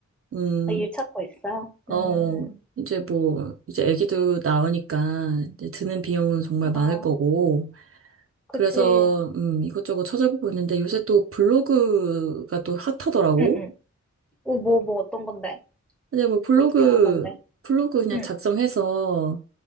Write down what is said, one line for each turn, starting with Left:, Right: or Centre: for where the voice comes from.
Right: 음,
Centre: 나 일 찾고 있어. 음,
Right: 어. 이제 뭐, 이제 아기도 나으니까 이제 드는 비용은 정말 많을
Centre: 어,
Right: 거고,
Centre: 그치.
Right: 그래서 음, 이것저것 찾아보고 있는데 요새 또 블로그가 또 핫하더라고.
Centre: 응, 응. 어, 뭐, 뭐, 어떤 건데?
Right: 근데 뭐 블로그
Centre: 어떻게 하는 건데?
Right: 블로그 그냥
Centre: 응,
Right: 작성해서